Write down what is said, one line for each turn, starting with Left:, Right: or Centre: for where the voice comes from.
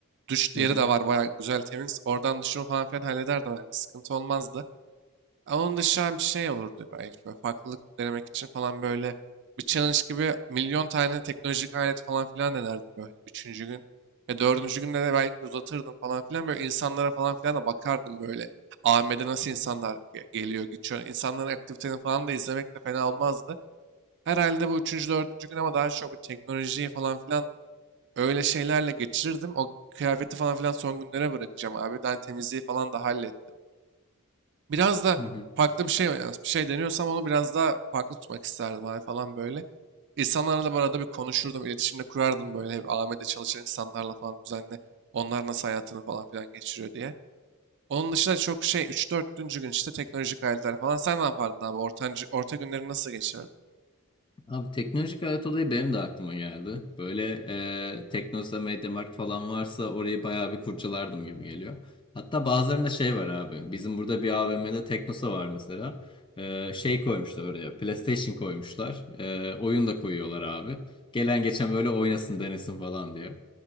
Right: Duş yeri
Left: Aha.
Right: de var bayağı güzel temiz. Oradan duşumu falan filan hallederdim herhalde. Sıkıntı olmazdı. E, Onun dışında bir şey olurdu belki. Böyle farklılık denemek için falan böyle bir challenge gibi milyon tane teknolojik alet falan filan denerdim böyle üçüncü gün. Ve dördüncü günde de belki de uzatırdım falan filan. Böyle insanlara falan filan da bakardım böyle. AVM'de nasıl insanlar ge- geliyor, geçiyor. İnsanların aktivitelerini falan da izlemek de fena olmazdı. Herhalde bu üçüncü, dördüncü gün ama daha çok bu teknolojiyi falan filan öyle şeylerle geçirirdim. O kıyafeti falan filan son günlere bırakacağım abi. Ben temizliği falan da hallettim biraz da
Left: Hı hı.
Right: farklı bir şey bir şey deniyorsam onu biraz daha farklı tutmak isterdim abi falan böyle. İnsanlarla da bu arada bir konuşurdum, iletişimde kurardım böyle hep AMD'de çalışan insanlarla falan düzenli. Onlar nasıl hayatını falan filan geçiriyor diye. Onun dışında çok şey üç 4 gün işte teknolojik aletler falan. Sen ne yapardın abi? Ortancı, orta günleri nasıl geçirirdin?
Left: Abi teknolojik alet olayı benim de aklıma geldi. Böyle e, Teknosa, Mediamarkt falan varsa orayı bayağı bir kurcalardım gibi geliyor. Hatta bazılarında şey var abi. Bizim burada bir AVM'de Teknosa var mesela. E, şey koymuşlar oraya. PlayStation koymuşlar. E, oyun da koyuyorlar abi. Gelen geçen böyle oynasın denesin falan diye.